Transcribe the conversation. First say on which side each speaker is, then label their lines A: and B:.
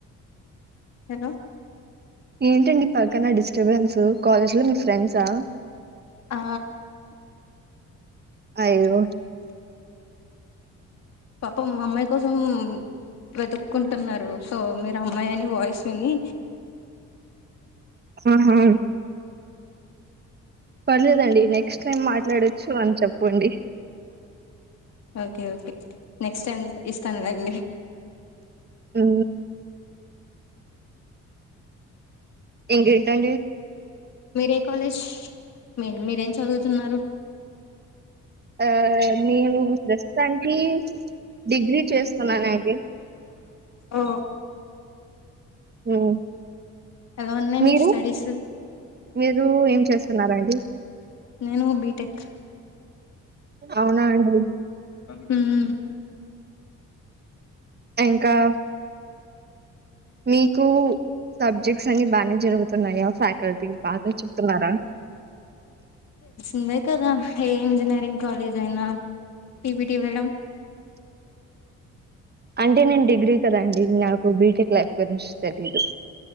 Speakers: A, on the left; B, on the right.
A: హలో
B: ఏంటండి పక్కన డిస్టర్బెన్సు కాలేజ్ లో మీ ఫ్రెండ్సా
A: ఆ
B: అయ్యో
A: పాపం అమ్మాయి కోసం వెతుక్కుంటున్నారు.
B: వెళ్తున్నారు
A: సో మీరు అమ్మాయి అని వాయి విని
B: ఆహా పర్లేదండి నెక్స్ట్ టైం మాట్లాడచ్చు అని చెప్పండి.
A: ఓకే ఓకే నెక్స్ట్ టైమ్ ఇస్తానుదండి.
B: ఉ ఏంటండి‌
A: మీరే కాలేజ్ మీ మీరేం చదువుతున్నారు.
B: ఆ నేను ప్రస్తుతానికి డిగ్రీ చేస్తున్నాను అండి
A: ఆ
B: ఉమ్,
A: ఎలా ఉన్నాయి
B: మీరు
A: మీ స్టడీస్
B: మీరు ఏం చేస్తున్నారండి
A: నేను బిటెక్
B: అవునా అండి
A: <unintelligible> ఊ
B: ఎంకా మీకు సబ్జెక్ట్స్ అన్ని బానే జరుగుతున్నాయా ఫాకల్టీ బాగా చెప్తున్నారా.
A: ఉన్నాయి కదా ఏ ఇంజనీరింగ్ కాలేజ్ అయినా పీపీటి వేయడం
B: <inaudible> అంటే నేను డిగ్రీ కదా అండి. నాకు బీటెక్ లైఫ్ గురించి తెలియదు.